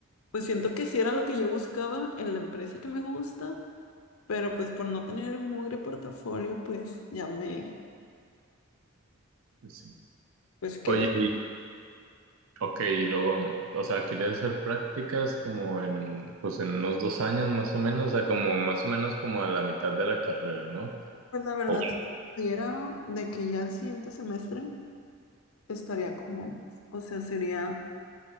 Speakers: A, on the left; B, on the right.
A: pues siento que sí era lo que yo buscaba en la empresa que me gusta, pero pues por no tener mugre portafolio, pues ya me,
B: Pues sí.
A: pues quedé.
B: Oye, y, ok, y luego, o sea, quería hacer prácticas como en, pues en unos dos años más o menos, o sea, como más o menos como a la mitad de la carrera, ¿no?
A: Pues la verdad,
B: O-
A: si era de que ya el siguiente semestre estaría con él, o sea, sería